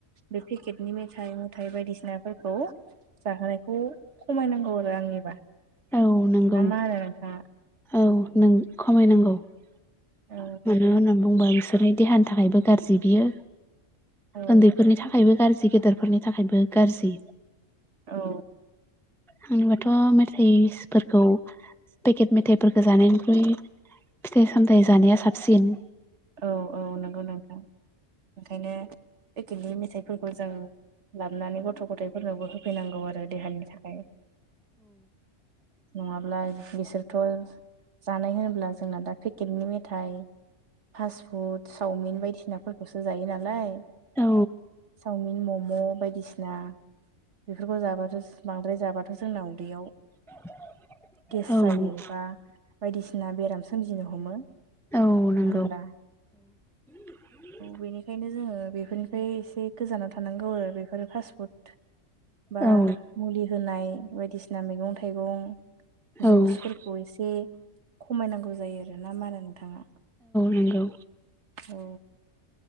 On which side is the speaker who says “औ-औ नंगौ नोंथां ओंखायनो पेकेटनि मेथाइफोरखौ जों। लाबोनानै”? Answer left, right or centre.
Right